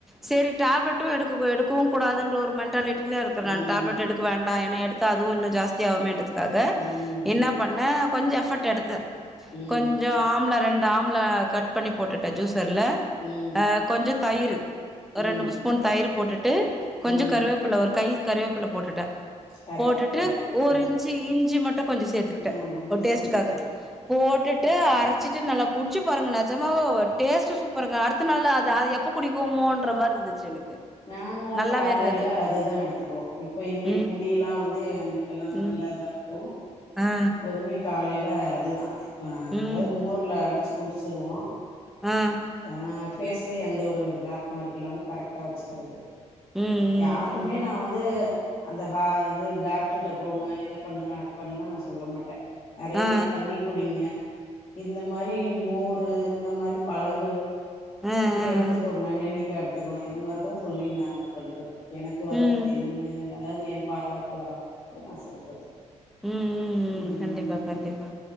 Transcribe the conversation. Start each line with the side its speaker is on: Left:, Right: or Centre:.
Centre: சேரி டேப்லட்டு எடுக்க கூ எடுக்கவு கூடாதுன்ற ஒரு மென்டாலிட்டிலே இருக்குறே
Left: ம்
Centre: நான் டேப்லெட் எடுக் க்க வேண்டா ஏனா எடுத்த அதுவு இன்னு ஜாஸ்தியாகுமேன்றதுக்காக
Left: ம்
Centre: என்ன பண்ணே கொஞ்ச எஃபர்ட் எடுத்தே
Left: ம்
Centre: கொஞ்ச ஆம்லா ரெண்டு ஆம்லா கட் பண்ணி போட்டுட்டே ஜூசர்ல
Left: ம்
Centre: அ கொஞ்சம் தயிரு
Left: ம்
Centre: ரெண்டு மூண் ஸ்பூன் தயிரு போட்டுட்டு கொஞ்ச
Left: ம்
Centre: கருவேப் பில்ல ஒரு கை கருவேப்பில்ல போட்டுட்டே
Left: கரெக்ட்
Centre: போட்டுட்டு
Left: கரெக்ட்
Centre: ஒரு
Left: ம்
Centre: இன்சி இஞ்சி மட்டு கொஞ்ச சேத்துக்கிட்டே
Left: ஆமா இஞ்சி
Centre: ஒரு டேஸ்ட்க்காக
Left: சேத்துக்கோ
Centre: போட்டுட்டு அரைச்சிட்டு நல்லா குடிச்சு பாருங்க நெஜமாவே டேஸ்ட்டு சூப்பருங்க அடுத்த நாளு அது அது எப் எப்ப குடிக்குவோமோன்ற மாரி இருந்துச்சு எனக்கு
Left: நாங்கலா
Centre: நல்லாவே
Left: காலைல
Centre: இருந்தது
Left: அதுதா எடுத்துக்குவோ இப்பயுமே
Centre: ம்
Left: முடியெல்லா வந்து எனக்கெல்லா
Centre: ம்
Left: நல்லாதா இருக் கு
Centre: ஆ
Left: எப்போதுமே காலைல அதுதா ஆ
Centre: ம்
Left: அதாவ்து மோர்ல அடிச் ச்சு குடிச்சிருவோ
Centre: ஆ
Left: ஆ ஃபேஸ்லயு எந்த ஒரு பிளாக் மார்க் இல்லாம கரெக்டா வச்சுக்கிறது
Centre: ம் ம்
Left: யாருக்குமே
Centre: ம்
Left: நா வந்து அந்த ஹே அது டாக்டருட்ட போங்க இத பண்ணுங்க அத பண்லா நா சொல்ல மாட்டே நெறையா
Centre: ஆ
Left: தண்ணி குடிங்க இந்த மாரி மோரு இந்த மாரி பழங்கள்
Centre: ஆ ஆ
Left: இப்படி
Centre: ஆ
Left: எடுத்துக்கோங்க
Centre: ஆ
Left: நெல்லிக்கா எடுத்துக்கோங்க இத மாரி தா சொல்லி நா இது பண்றது எனக்கு வர
Centre: ம்
Left: என்ன அதாவது என் பார்லருக்கு வரவங்ளுக்கு நா சொல்றது
Centre: உம் உம் உம்
Left: ம்
Centre: கண்டிப்பா கண்டிப்பா